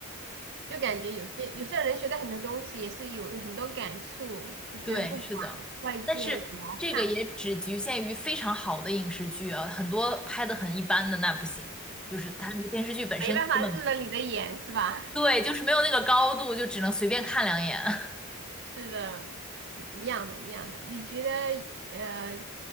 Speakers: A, on the right (about 50°); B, in the centre.
A: 就感觉有些有些人学的很多东西也是有很多感触，就觉得不管外界怎么看，
B: 对，是的，但是这个也只局限于非常好的影视剧啊，很多拍的很一般的那不行，就是它电视剧本身根本
A: 没办法入了你的眼，是吧？
B: 对，就是没有那个高度，就只能随便看两眼。<laughs>
A: 是的，一一样的，一样的。你觉得呃，